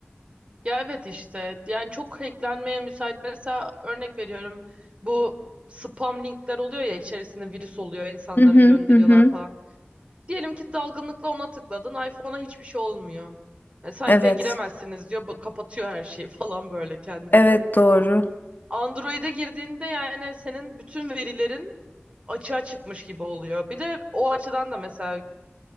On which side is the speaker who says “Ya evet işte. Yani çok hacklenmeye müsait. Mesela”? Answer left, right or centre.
Right